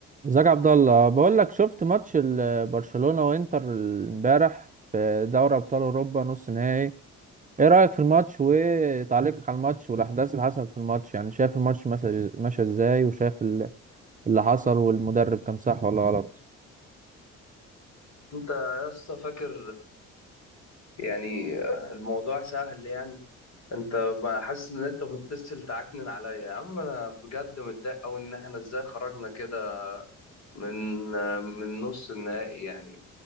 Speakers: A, on the right; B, on the left.
A: ازيك يا عبد الله بقول لك شفت ماتش ال- برشلونة وانتر امبارح في دوري ابطال اوروبا نص نهائي ايه رأيك في الماتش وتعليقك على الماتش والاحداث اللي حصلت في الماتش يعني شايف الماتش مثلا ماشي ازاي وشايف ال- اللي حصل والمدرب كان صح ولا غلط
B: انت يا اسطى فاكر يعني الموضوع سهل يعني انت ما حاسس ان انت بتتصل تعكنن عليا يا عم انا بجد متضايق قوي ان احنا ازاي خرجنا كده من من نص النهائي يعني